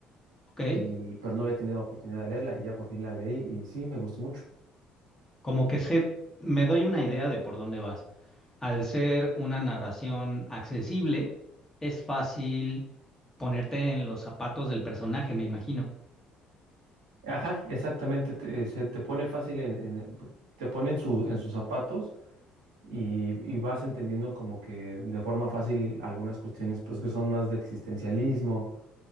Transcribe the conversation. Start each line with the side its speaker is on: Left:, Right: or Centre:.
Left: ok.
Right: y, pero no había tenido oportunidad de leerla y ya por fin la leí y sí, me gustó mucho.
Left: Como que sé, me doy una idea de por dónde vas. Al ser una narración accesible, es fácil ponerte en los zapatos del personaje, me imagino.
Right: Ajá, exactamente, te, se te pone fácil en, en- te pone en su, en sus zapatos y, y vas entendiendo como que de forma fácil algunas cuestiones pues que son más de existencialismo,